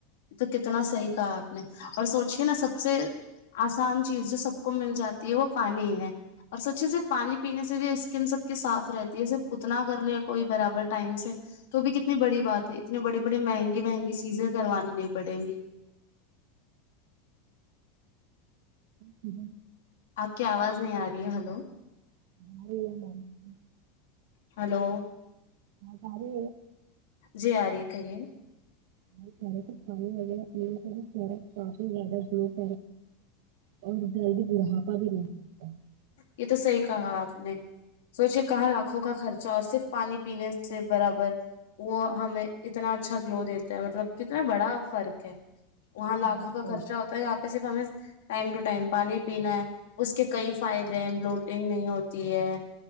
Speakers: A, on the left; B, on the right.
A: تو کتنا صحیح کہا آپ نے اور سوچے نا سب سے آسان چیز جو سب کو مل جاتی ہے وہ پانی ہے اور سوچے صرف پانی پینے سے بھی اسکن سب کی صاف رہتی ہے صرف اتنا کر لیا کوئی برابر ٹائم سے تو بھی کتنی بڑی بات ہے اتنی بڑی بڑی مہنگی مہنگی چیزیں کروانی نہیں پڑیں گی
B: جی
A: آپ کی آواز نہیں آ رہی ہے ہلو
B: <inaudible>
A: ہلو
B: ہماری
A: جی آاری کہی ہے
B: ے ک ویر پیر کافی زیادہ گو پ اور جلدی بڑھاپا بھی نہیں <inaudible>
A: یہ تو صحی کہا آپ نے سوچے کہاں لاکھوں کا خرچہ اور صرف پانی پینے سے برابر وہ ہمیں اتنا اچھا گلو دیتا ہے مطلب کتنا بڑا فرق ہے وہاں لاکھوں
B: بالکل
A: کا خرچ ہوتا ہے یہ صرف ہمیں ٹائم ٹو ٹائم پانی پینا ہے اس کے کئی فائدے ہیں بلوٹنگ نہیں ہوتی ہے